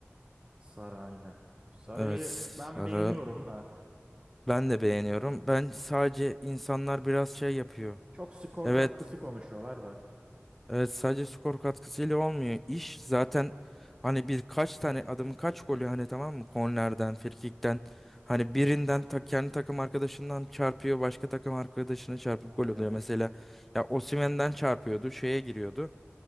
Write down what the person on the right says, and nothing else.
Sara aynen. Saray'ı
ben beğeniyorum da.
Çok skor
katkısı konuşuyorlar da.
Aynen.